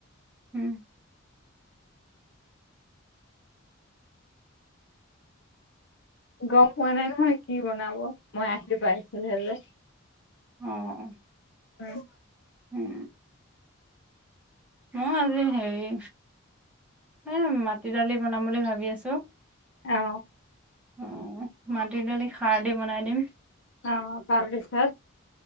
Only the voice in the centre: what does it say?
উম
অহ অ,
উম ম আজি হেৰি এ মাটি দালি বনাম বুলি ভাবি আছো। টো
অ মাটি দালি খাৰ দি বনাই দিম।